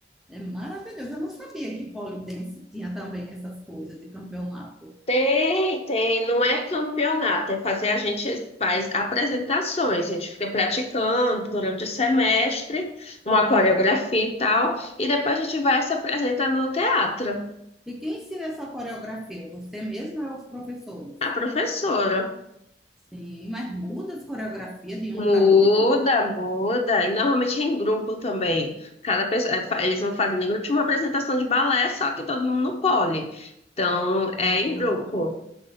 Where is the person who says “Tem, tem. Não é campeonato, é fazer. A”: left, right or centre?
Left